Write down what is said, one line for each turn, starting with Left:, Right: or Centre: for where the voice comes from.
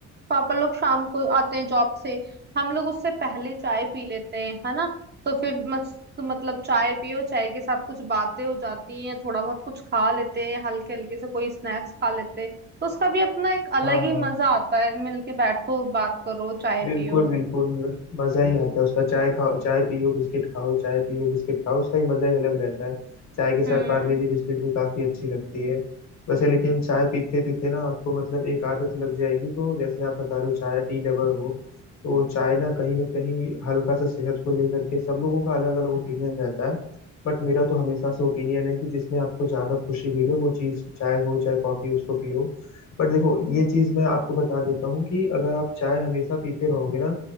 Right: पापा लोग शाम को आते हैं जॉब से हम लोग उससे पहले चाय पी लेते हैं है ना तो फिर मस्त मतलब चाय पियो चाय के साथ कुछ बातें हो जाती हैं थोड़ा बहुत कुछ खा लेते हैं हल्के हल्के से कोई स्नैक्स खा लेते हैं तो उसका भी अपना एक अलग
Left: हाँ
Right: ही
Left: हाँ
Right: मजा आता है मिलके बैठो बात करो चाय
Left: बिल्कुल
Right: पियो
Left: बिल्कुल मजा ही आता है उसका चाय खाओ चाय पियो बिस्किट खाओ चाय पियो बिस्किट खाओ उसका ही मजा ही अलग रहता है चाय के
Right: हम्म
Left: साथ पार्ले जी बिस्किट भी काफी अच्छी लगती है वैसे लेकिन चाय पीते पीते ना आपको मतलब एक आदत लग जाएगी तो जैसे आप बता रहे हो चाय टी लवर हो तो चाय ना कहीं ना कहीं हल्का सा सेहत को लेकर के सब लोगों का अलग अलग ओपिनियन रहता है बट मेरा तो हमेशा से ओपिनियन है कि जिसमें आपको ज्यादा खुशी मिले वो चीज चाय हो चाहे कॉफी उसको पियो बट देखो ये चीज मैं आपको बता देता हूँ कि अगर आप चाय हमेशा पीते रहोगे ना